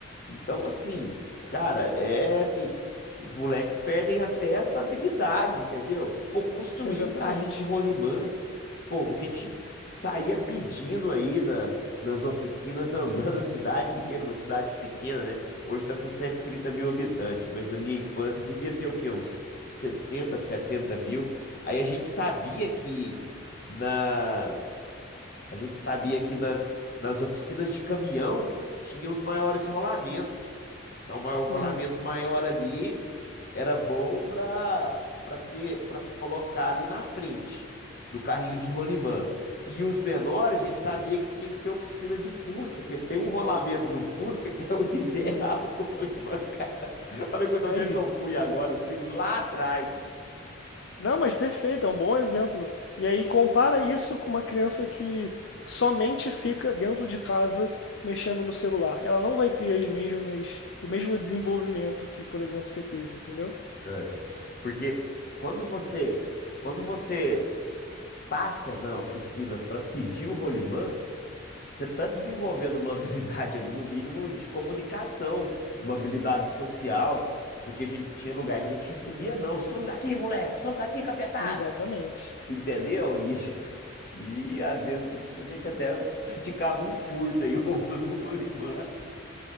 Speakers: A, on the left (about 45°); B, on the left (about 65°).
A: Então, assim, cara, é assim, os moleques perdem até essa habilidade, entendeu? Pô, construir
B: exatamente.
A: um carrinho de rolimã Pô, a gente saía pedindo aí na, nas oficinas, andando a cidade inteira, uma cidade pequena, né? Hoje tá com 130 mil habitantes, mas na minha infância devia ter o quê? Uns sessenta 70 mil. Aí a gente sabia que nas a gente sabia que nas, nas oficinas de caminhão tinha os maiores rolamentos. Então, o maior- o rolamento
B: Uhum,
A: maior ali era bom para para ser para colocar ali na frente do carrinho de rolimã. E os menores, a gente sabia que tinha que ser oficina de Fusca, que tem um rolamento no Fusca que é o <laughs> ideal
B: uhum.
A: pro rolimã, cara. Olha quanto
B: Aí.
A: onde é que eu fui agora, eu fui lá atrás.
B: Não, mas perfeito, é um bom exemplo. E aí compara isso com uma criança que somente fica dentro de casa mexendo no celular. Ela não vai ter as mesmas, o mesmo desenvolvimento que, por exemplo, você teve, entendeu?
A: É, porque quando você quando você passa na oficina para pedir o rolimã, você está desenvolvendo uma <laughs> habilidade ali, no mínimo, de comunicação, uma habilidade social, porque a gente tinha lugar que a gente recebia não, some daqui, moleque, some daqui, capetada,
B: Exatamente.
A: entendeu? E, <laughs> e às vezes a gente até praticava um furto aí, <laughs> roubando o rolimã.